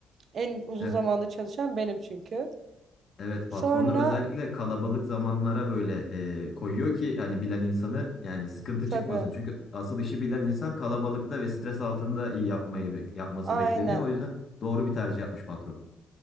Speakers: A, on the right; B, on the left.
A: En uzun
B: E-
A: zamanda çalışan benim çünkü.
B: evet patronlar
A: Sonra
B: özellikle kalabalık zamanlara böyle e, koyuyor ki hani bilen insanı yani sıkıntı
A: tabii.
B: çıkmasın. Çünkü asıl işi bilen insan kalabalıkta ve stres altında iyi yapmayı bek- yapması
A: Aynen.
B: bekleniyor. O yüzden doğru bir tercih yapmış patron.